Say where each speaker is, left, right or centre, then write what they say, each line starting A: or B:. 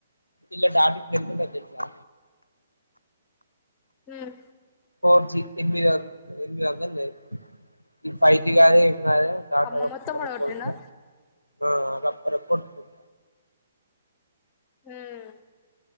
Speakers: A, on the left; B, on the left.
A: ఇల్ల డాడికి ఫ్రెండ్సుంటరు తెల్సా
B: హ్మ్
A: ఫోర్ జీ ఎనిమిదొంద్ ఎనిమిది వందలు ఈ ఫై జీ కాద్ డాటా
B: అమ్మ
A: రొప్ప
B: మొత్తం వడగొట్టిండా
A: రొప్ప వస్తద్ ఆహ్ అ రప్ప రప్ప ఒత్కుంట
B: హుం